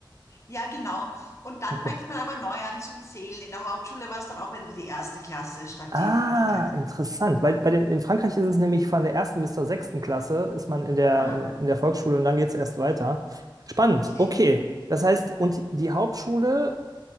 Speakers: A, on the left; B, on the right.
A: ja, genau. Und dann
B: Okay.
A: fängt man aber neu an zum Zählen. In der Hauptschule war es dann auch wieder die erste Klasse statt
B: Ah,
A: die fünfte Klasse.
B: interessant. Weil bei den, in Frankreich ist es nämlich von der ersten bis zur sechsten Klasse, ist man in der,
A: Aha,
B: in, in der Volksschule und dann geht es erst weiter. Spannend,
A: okay.
B: okay. Das heißt, und die, die Hauptschule